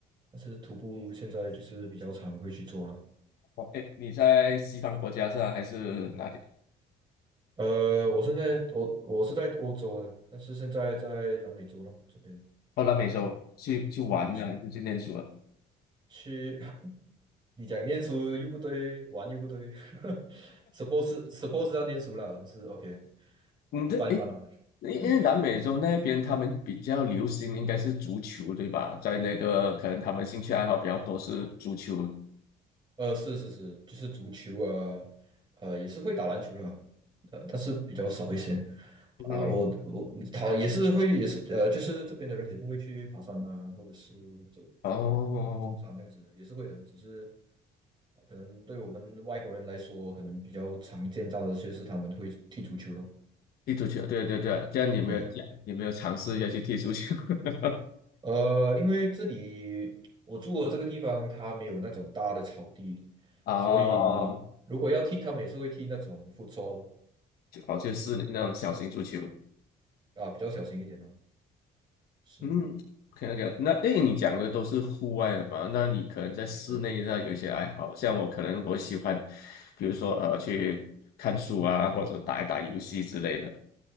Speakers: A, on the right; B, on the left.
A: 但是徒步现在就是比较常会去做了。
B: 哦，哎，你在西方国家是啊，还是哪里？
A: 呃，我现在我我是在欧洲的，但是现在在南美洲了这边
B: 哦，南美洲去去玩了，
A: 啊，是。
B: 还是去念书了？
A: 去，<laughs> 你讲念书又不对，玩又不对 <laughs>，suppose suppose 要念书了，但是 OK 啊、
B: 你这哎，
A: 一般一般啦。
B: 因因为南美洲那边他们比较流行应该是足球，
A: <laughs>
B: 对吧？在那个可能他们兴趣爱好比较多是足球。
A: 呃，是是是，就是足球啊，呃，也是会打篮球了，呃，但是比较少一些。
B: 嗯，
A: 啊、我我他也是会，也是呃，就是这边的人也是会去爬山啊，或者是走走
B: 哦，
A: 走山这样子，也是会的。只是呃可能对我们外国人来说，可能比较常见到的就是他们会踢足球咯。
B: 踢足球，对对对，这样你有没有讲，
A: 对啊。
B: 你有没有尝试一下去踢足球？<laughs>
A: 呃，因为这里我住的这个地方，它没有那种大的草地，
B: 哦，
A: 所以如果要剃，他们也是会剃那种 f u t
B: 就哦，就是那种小型足球。
A: 的啊，比较小心一点哦。是，
B: 嗯，OK OK，那诶，你讲的都是户外的嘛？那你可能在室内上有一些爱好，
A: 对。
B: 像我可能我喜欢，比如说呃去看书啊，或者打一打游戏之类的。